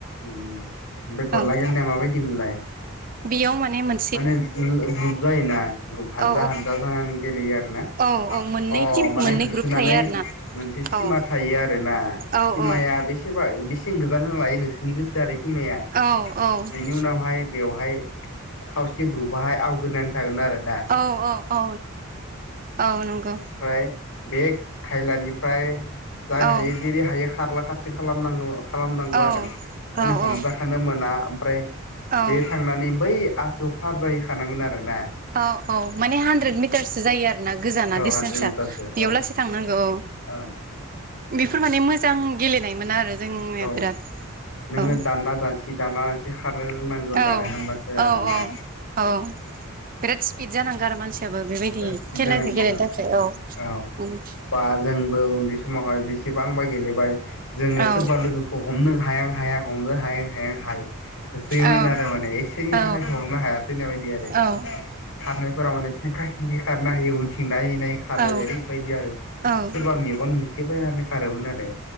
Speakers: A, on the left; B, on the right.
A: ओमफ्राय गला
B: औ
A: गेलनाया माबायदिमोनलाय
B: बेयाव माने मोन
A: माने ग्रु ग्रुप जायोना ग्रुप हानजा
B: औ
A: हानजा जानानै गेलेयो आरोना
B: औ औ मोननै
A: अ
B: टिम
A: माने
B: मोननै
A: होथोनानै
B: ग्रुप थायो आरो ना
A: मोनसे सिमा
B: औ
A: थायो आरोना
B: औ
A: सिमाया
B: औ
A: बे <unintelligible> बेसेन गोजान होनो लायो नोंसोरनि गोसो आरो सिमाया <unintelligible>
B: औ
A: बेनि उनावहाय बेवहाय खावसे ग्रुपहाय आवग्रिनानै थागोन आरो दा
B: औ औ औ औ नंगौ
A: ओफ्राय बे खायलानिफ्राय जाय हायो
B: औ
A: जेरै हायो खारला खारसि खालामनांगो खालामनांगौ
B: औ
A: आरो माने
B: औ
A: हमजा खानो मोना ओमफ्राय
B: औ
A: बे थांनानै बै आसु फार जाहैखानांगोन आरोना
B: औ औ माने हानद्रेद मिटारसो जायो आरो ना गोजाना
A: औ
B: दिस्टेनसआ
A: हाद्रि मिटारसो
B: बेयाव
A: औ
B: लासै थांनांगौ
A: औ
B: बेफोर माने मोजां गेलेनायमोन आरो जोंनिया
A: औ
B: बिराद
A: नोङो
B: औ
A: दानना दानसि दानना दानसि खारनो रोंनांगौ <unintelligible>
B: औ
A: होमबासो
B: औ
A: आरोना
B: औ औ बिराद स्पिड जानांगौ आरो मानसि थेवबो बेबायदि
A: बिराद
B: खेलाखौ
A: जानायनि
B: गेलेनो थाखाय औ
A: औ
B: उम
A: बा जोंबो उन्दै समावहाय बेसेबांबा गेलेबाय जोङो
B: औ
A: सोरबा लोगोखौ हमनो हाया हाय हमनो हाय हाय हाय होयोमोन
B: औ
A: आरो माने एसेनि
B: औ
A: थाखाय हरनो हायासै होननाय बायदि आरो
B: औ
A: खारनायफोराव माने खेंखा खेंखि खारना हायो उनथिं नायै नायै खारो
B: औ
A: ओरैबायदि आरो सोरबा
B: औ
A: मेगन मेसे फायनानै खारोमोन आरो